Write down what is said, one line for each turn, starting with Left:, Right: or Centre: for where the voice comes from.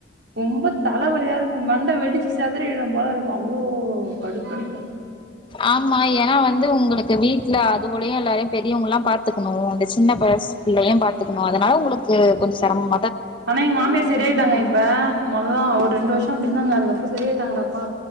Right: ரொம்ப தலைவலியா இருக்கும் மண்டை வெடிச்சு செதறிடம் போல இருக்கும் அவ்வளோ கடுப்படிக்கும்
Left: ஆமா ஏன்னா வந்து உங்களுக்கு வீடல அது ஒடையும் எல்லாரையும் பெரியவங்கல்லாம் பார்த்துக்கணும் அந்த சின்ன வயசுலையும் பார்த்துக்கணும் அதனால உங்களுக்கு கொஞ்சம் சிரமமா
Right: ஆனா எங்க மாமியார் சரியயிட்டாங்க இப்ப முதல்லான் ஒரு ரெண்டு வருஷம் அப்படி இருந்தாங்க அதுக்கப்புறம் சரியாயிட்டாங்கடாப்பா